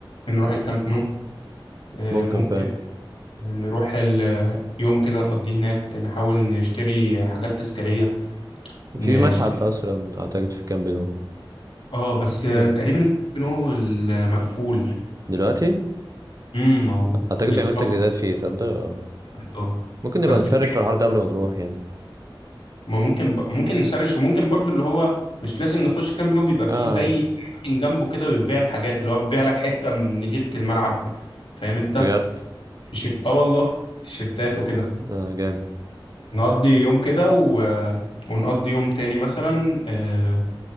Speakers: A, on the left (about 85°); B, on the right (about 40°).
A: ممكن نروح
B: ممكن
A: الكامب نو آه،
B: ممكن
A: ممكن
B: فعلا
A: نروح ال- يوم كده نقضيه هناك نحاول نشتري حاجات تذكارية نشتري
B: في متحف اصلا اعتقد في الكامب ده
A: اه بس آه،
B: اه
A: تقريبا الكامب نو المقفول
B: دلوقتي
A: امم اهو
B: اعتقد
A: بيتصل
B: بيعملوا تجديدات فيه صدق اه
A: اه
B: ممكن نبقى
A: بس
B: نسرش
A: تفتكر
B: في الحوار ده قبل ما نروح يعني
A: ما ممكن ب... ممكن نسرش وممكن برضو اللي هو مش لازم نخش كام روم بيبقى فيه
B: اه
A: زي
B: عادي
A: أماكن جنبه كده بتبيع الحاجات اللي هو بيبيع لك حتة من نجيلة الملعب فاهم انت
B: بجد
A: تيشيرت اه والله تيشيرتات وكده
B: اه جامد
A: نقضي يوم كده و... ونقضي يوم تاني مثلا آه،